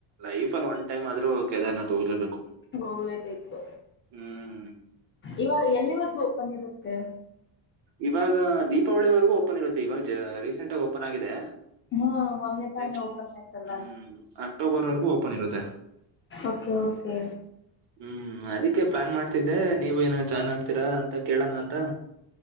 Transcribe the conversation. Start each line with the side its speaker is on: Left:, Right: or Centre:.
Right: ಲೈಫ ಅಲ್ಲಿ ಒನ್ ಟೈಮ್ ಆದ್ರೂ ಕದಾರ್ನಾಥ್ ಹೋಗ್ಲೇಬೇಕ.
Left: ಹೋಗ್ಲೇಬೇಕು
Right: ಹ್ಮ್
Left: ಇವಾಗ ಎಲ್ಲಿವರ್ಗೂ ಓಪನ್ ಇರುತ್ತೆ.
Right: ಇವಾಗ ದೀಪಾವಳಿವರೆಗೂ ಓಪನ್ ಇರುತ್ತೆ ಇವಾಗ ಜ ರೀಸೆಂಟ್ ಆಗಿ ಓಪನ್ ಆಗಿದೆ.
Left: ಹಾ ಮೊನ್ನೆ ತಾನೇ
Right: ನೆಕ್ಸ್ಟ್
Left: ಓಪನ್ ಆಯ್ತಲ್ಲ.
Right: ಹ್ಮ್ ಅಕ್ಟೋಬರ್ ವರೆಗೂ ಓಪನ್ ಇರುತ್ತೆ
Left: ಓಕೆ ಓಕೆ.
Right: ಹ್ಮ್ ಅದಿಕ್ಕೆ ಪ್ಲಾನ್ ಮಾಡ್ತಿದ್ದೆ ನೀವು ಏನ ಜಾಯ್ನ್ ಆಗ್ತೀರಾ ಅಂತ ಕೇಳೋಣ ಅಂತ